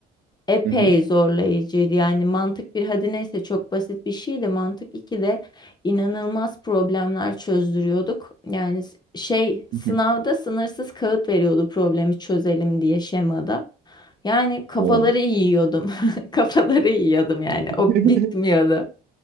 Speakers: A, on the left; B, on the right.
A: epey
B: Hı hı,
A: zorlayıcıydı. Yani mantık bir hadi neyse çok basit bir şeydi. Mantık 2'de inanılmaz problemler çözdürüyorduk. Yani s- şey sınavda
B: hı hı.
A: sınırsız kağıt veriyordu problemi çözelim diye şemada. Yani kafaları
B: Oo.
A: yiyordum. <laughs> Kafaları yiyordum yani.
B: <laughs>
A: O bitmiyordu.